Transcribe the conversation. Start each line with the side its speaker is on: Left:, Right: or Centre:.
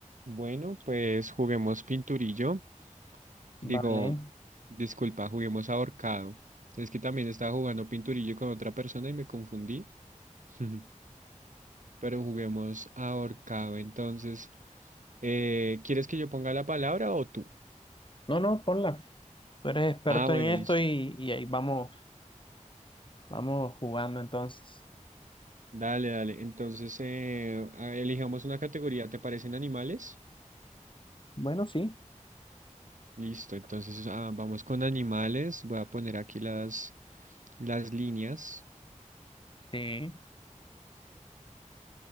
Right: Bueno, pues juguemos pinturillo.
Left: Vale.
Right: Digo, disculpa, juguemos ahorcado. Es que también estaba jugando pinturillo con otra persona y me confundí. <laughs> Pero juguemos ahorcado. Entonces, eh, ¿quieres que yo ponga la palabra o tú?
Left: No, no, ponla. Tú eres experto
Right: Ah, bueno,
Left: en esto
Right: listo.
Left: y, y ahí vamos, vamos jugando entonces.
Right: Dale, dale. Entonces, eh, ah, elijamos una categoría. ¿Te parecen animales?
Left: Bueno, sí.
Right: Listo. Entonces, ah, vamos con animales. Voy a poner aquí las, las líneas.
Left: Sí.